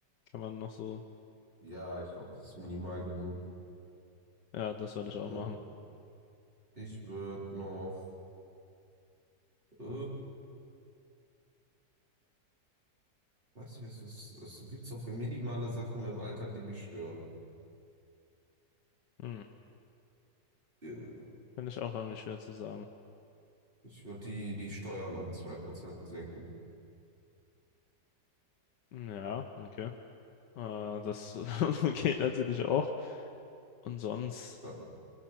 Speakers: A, on the left; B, on the right.
A: Kann man noch so.
B: ja, ich glaube, das ist minimal genug.
A: Ja, das würde ich auch
B: Äh,
A: machen.
B: ich würde noch. Äh, weiß nicht, was es was so gibt's doch für minimale Sachen in meinem Alltag, die mich stören.
A: Hm,
B: Äh,
A: finde ich auch irgendwie schwer zu sagen.
B: ich würde die, die Steuern um zwei Prozent senken.
A: Hm, Ja, okay. Äh, das <laughs> geht natürlich auch. Und sonst,
B: Da,